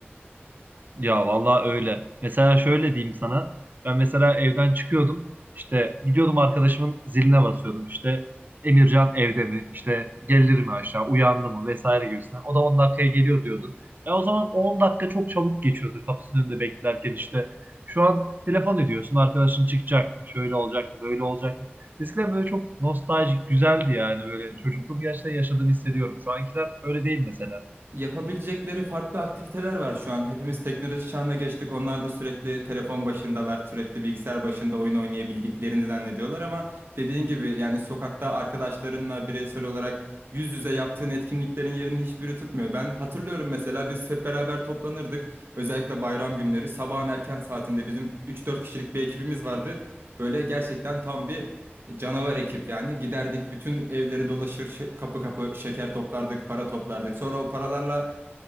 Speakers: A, on the right; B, on the right.
A: Ya vallahi öyle. Mesela şöyle diyeyim sana. Ben mesela evden çıkıyordum. İşte gidiyordum arkadaşımın ziline basıyordum. İşte Emircan evde mi? İşte gelir mi aşağı? Uyandı mı? Vesaire gibisinden. O da 10 dakikaya geliyor diyordu. Ya o zaman 10 dakika çok çabuk geçiyordu kapısının önünde beklerken işte. Şu an telefon ediyorsun arkadaşın çıkacak mı? Şöyle olacak mı? Böyle olacak mı? Eskiden böyle çok nostaljik güzeldi yani böyle
B: Hı
A: çocukluğum
B: hı.
A: gerçekten yaşadığımı hissediyorum. Şu ankiler öyle değil mesela.
B: yapabilecekleri farklı aktiviteler var şu an. Hepimiz teknoloji çağına geçtik. Onlar da sürekli telefon başındalar, sürekli bilgisayar başında oyun oynayabildiklerini zannediyorlar ama dediğin gibi yani sokakta arkadaşlarınla bireysel olarak yüz yüze yaptığın etkinliklerin yerini hiçbiri tutmuyor. Ben hatırlıyorum mesela biz hep beraber toplanırdık. Özellikle bayram günleri sabahın erken saatinde bizim üç dört kişilik bir ekibimiz vardı. Böyle gerçekten tam bir Canavar ekip yani. Giderdik bütün evleri dolaşır şe- kapı kapı şeker toplardık, para toplardık. Sonra o paralarla